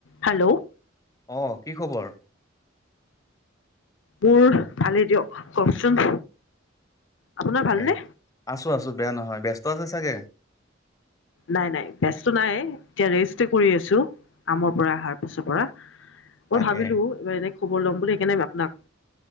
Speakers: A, on the left (about 70°); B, on the left (about 20°).
A: Hello.
B: অ' কি খবৰ?
A: মোৰ ভালেই দিয়ক কওকচোন। আপোনাৰ ভালনে
B: এ আছোঁ আছোঁ বেয়া নহয় ব্যস্ত আছে চাগে?
A: নাই নাই তেজটো নাই, এতিয়া ৰেষ্টে কৰি আছোঁ। কমৰ পৰা অহাৰ পিছৰ পৰা মই,
B: তাকে
A: ভাবিলোঁ এইবাৰ যে খবৰ ল'ম বুলি সেইকাৰণে আপোনাক